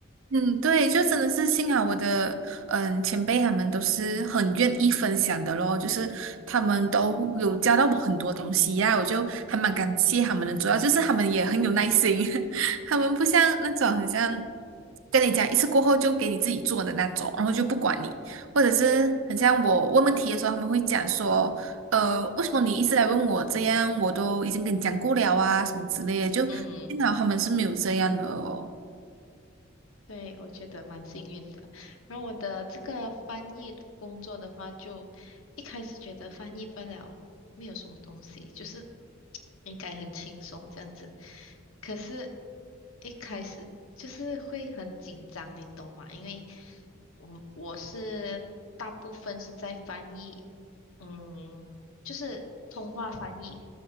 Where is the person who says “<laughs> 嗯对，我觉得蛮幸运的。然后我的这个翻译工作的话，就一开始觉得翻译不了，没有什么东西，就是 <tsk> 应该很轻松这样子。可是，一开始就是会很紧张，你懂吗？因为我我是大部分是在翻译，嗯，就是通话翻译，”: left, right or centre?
Left